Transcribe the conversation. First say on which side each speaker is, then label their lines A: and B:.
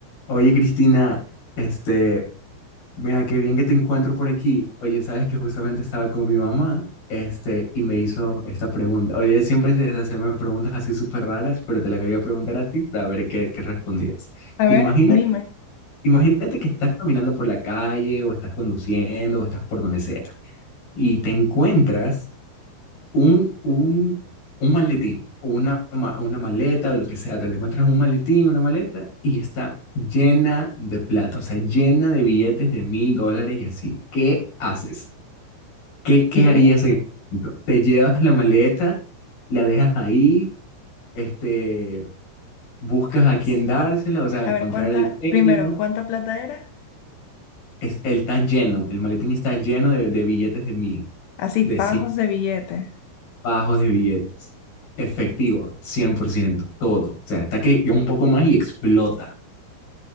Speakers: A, on the left; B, on the left.
A: Oye, Cristina, este, mira, qué bien que te encuentro por aquí. Oye, sabes que justamente estaba con mi mamá, este, y me hizo esta pregunta. Oye, ella siempre se se hacerme preguntas así súper raras, pero te la quería preguntar a ti para ver qué, qué respondías.
B: A
A: Imagínate,
B: ver, dime.
A: imagínate que estás caminando por la calle, o estás conduciendo, o estás por donde sea, y te encuentras un, un, un maletín o una, ma- una maleta o lo que sea, te encuentras un maletín, una maleta y está llena de plata, o sea, llena de billetes de mil dólares y así. ¿Qué haces? ¿Qué, qué
B: ¿Qué?
A: harías en ese momento? ¿Te llevas la maleta, la dejas ahí, este, buscas a quién dársela, o sea,
B: A
A: encontrar
B: ver, ¿cuánta,
A: el dueño?
B: primero, cuánta plata era?
A: Es, él está lleno, el maletín está lleno de, de billetes de mil,
B: Así,
A: de
B: fajos
A: cien.
B: de billete.
A: Bajos de billetes. Efectivo, 100%, todo. O sea, está que un poco más y explota.